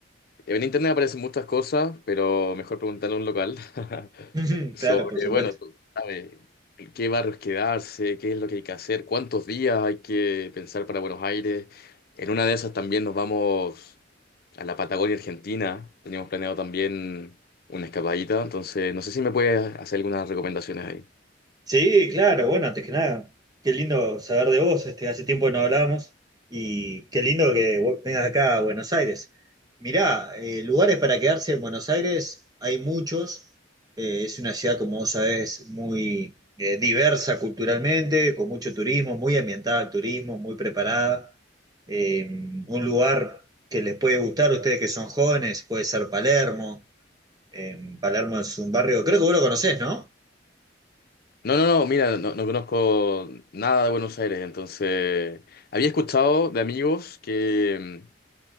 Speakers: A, on the left (about 55°); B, on the right (about 20°).
A: en internet aparecen muchas cosas, pero mejor preguntarle a un local <laughs>
B: <laughs>
A: sobre,
B: Claro, por supuesto.
A: bueno, tú sabes, en qué barrios quedarse, qué es lo que hay que hacer, cuántos días hay que pensar para Buenos Aires. En una de esas también nos vamos a la Patagonia Argentina. Teníamos planeado también una escapadita, entonces no sé si me puedes hacer algunas recomendaciones ahí.
B: Sí, claro, bueno, antes que nada, qué lindo saber de vos, este, hace tiempo que no hablábamos y qué lindo que vo- vengas acá a Buenos Aires. Mirá, eh, lugares para quedarse en Buenos Aires hay muchos, eh, es una ciudad, como vos sabés, muy eh, diversa culturalmente, con mucho turismo, muy ambientada al turismo, muy preparada. Eh, un lugar que les puede gustar a ustedes que son jóvenes, puede ser Palermo En Palermo es un barrio, creo que vos lo conocés, ¿no?
A: No, no, no, mira, no, no conozco nada de Buenos Aires, entonces había escuchado de amigos que mm,